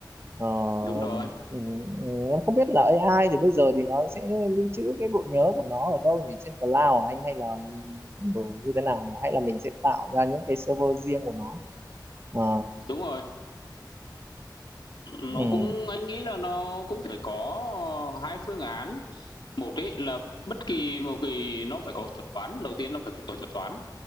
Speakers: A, on the right; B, on the left.
A: Ờ,
B: Đúng rồi,
A: ừ, ừ, em không biết là AI thì bây giờ thì nó sẽ lưu trữ cái bộ nhớ của nó ở đâu nhỉ? Trên cloud à anh hay là ừ, như thế nào nhỉ? Hay là mình sẽ tạo ra những cái server riêng của nó? Ờ,
B: đúng rồi. Nó
A: ừ,
B: cũng anh nghĩ là nó cũng phải có hai phương án. Một ấy là bất kỳ một kỳ nó phải có thuật toán, đầu tiên nó phải có thuật toán.